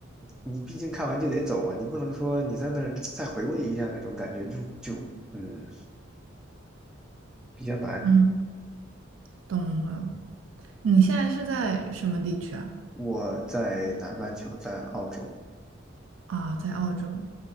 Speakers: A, in the centre; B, on the right (about 75°).
A: 你毕竟看完就得走嘛，你不能说你在那儿再回味一下那种感觉就，就嗯比较难。
B: 嗯，懂了。你现在是在什么地区啊？
A: 我在南半球，在澳洲，
B: 啊，在澳洲。